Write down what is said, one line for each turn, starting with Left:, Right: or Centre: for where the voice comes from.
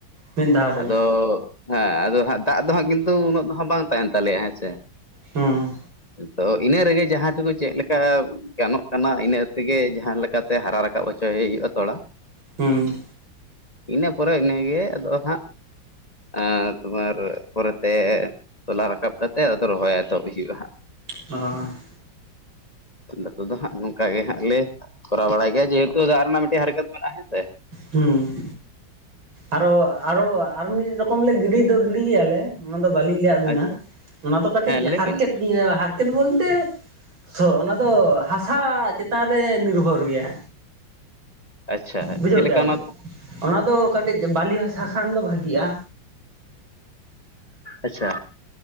Right: ᱢᱤᱫ ᱫᱷᱟᱣ ᱨᱮᱜᱮ
Left: ᱟᱫᱚ ᱦᱮᱸ ᱦᱟᱸᱜ ᱫᱟᱜ ᱫᱚ ᱦᱟᱸᱜ ᱠᱤᱱᱛᱩ ᱩᱱᱟᱹᱜ ᱫᱚ ᱦᱟᱜ ᱵᱟᱝ ᱛᱟᱦᱮᱱ ᱛᱟᱞᱮᱭᱟ ᱦᱮᱸ ᱥᱮᱼᱼ
Right: ᱦᱩᱸ
Left: ᱛᱚ ᱤᱱᱟᱹ ᱨᱮᱜᱮ ᱡᱟᱦᱟᱸ ᱛᱮᱫᱚ ᱪᱮᱫ ᱞᱮᱠᱟ ᱜᱟᱱᱚᱜ ᱠᱟᱱᱟ ᱤᱱᱟᱹ ᱛᱮᱜᱮ ᱡᱟᱦᱟᱸᱞᱮᱠᱟᱼᱼ ᱛᱮ ᱦᱟᱨᱟ ᱨᱟᱠᱟᱵ ᱦᱚᱪᱚᱭᱮ ᱦᱩᱭᱩᱜᱼᱟ ᱛᱚᱲᱟ
Right: ᱦᱩᱸ
Left: ᱤᱱᱟᱹ ᱯᱚᱨᱮ ᱤᱱᱟᱹᱜᱮ ᱟᱫᱚ ᱦᱟᱸᱜ᱾ ᱮ ᱛᱩᱢᱟᱨ ᱯᱚᱨᱮᱛᱮᱼᱼ ᱛᱚᱞᱟ ᱨᱟᱠᱟᱵ ᱠᱟᱛᱮᱜ ᱟᱫᱚ ᱨᱚᱦᱚᱭ ᱮᱛᱚᱦᱚᱵ ᱦᱩᱭᱩᱜᱼᱟ ᱦᱟᱜ,
Right: ᱟᱸ <unintelligible>
Left: ᱱᱚᱛᱮ ᱫᱚ ᱦᱜ ᱱᱚᱝᱠᱟ ᱜᱮ ᱦᱟᱸᱜ ᱞᱮ ᱠᱚᱨᱟᱣ ᱵᱟᱲᱟᱭ ᱜᱮᱭᱟ ᱡᱮᱦᱮᱛᱩ ᱫᱟᱜ ᱨᱮᱱᱟᱜ ᱢᱤᱫᱴᱮᱡ ᱦᱟᱨᱠᱮᱛ ᱢᱮᱱᱟᱜᱼᱟ ᱦᱮᱸ ᱥᱮ᱾
Right: ᱦᱩᱸᱻ ᱟᱨᱚ ᱟᱨᱚ ᱟᱨ ᱢᱤᱫ ᱨᱚᱠᱚᱢ ᱞᱮ ᱜᱤᱰᱤ ᱫᱚ ᱜᱤᱰᱤᱜᱮᱭᱟᱞᱮ ᱚᱱᱟ ᱫᱚ ᱵᱟᱞᱤᱧ ᱞᱮᱭᱟᱼᱼ ᱦᱩᱱᱟ
Left: ᱟᱪᱪᱷᱟ
Right: ᱚᱱᱟ ᱫᱚ ᱠᱟᱹᱴᱤᱡ
Left: ᱦᱮᱸ ᱞᱟᱹᱭ
Right: ᱦᱟᱨᱠᱮᱛ
Left: ᱵᱤᱱ
Right: ᱤᱭᱟ ᱦᱟᱨᱠᱮᱛ ᱵᱚᱞᱛᱮᱼᱼ ᱛᱚ ᱚᱱᱟ ᱫᱚ ᱦᱟᱥᱟ ᱪᱮᱛᱟᱱ ᱨᱮ ᱱᱤᱨᱵᱷᱚᱨ ᱜᱮᱭᱟ᱾
Left: ᱟᱪᱪᱷᱟ
Right: ᱵᱩᱡᱷᱟᱹᱣ
Left: ᱪᱮᱫ
Right: ᱠᱮᱜᱼᱟ
Left: ᱞᱮᱠᱟ ᱚᱱᱟ
Right: ᱵᱮ᱾
Left: ᱫᱚ?
Right: ᱚᱱᱟ ᱫᱚ ᱠᱟᱴᱤᱡ ᱵᱟᱞᱤ ᱦᱟᱥᱟ ᱠᱷᱟᱱ ᱫᱚ ᱵᱷᱟᱜᱤᱜᱼᱟ᱾
Left: ᱟᱪᱪᱷᱟ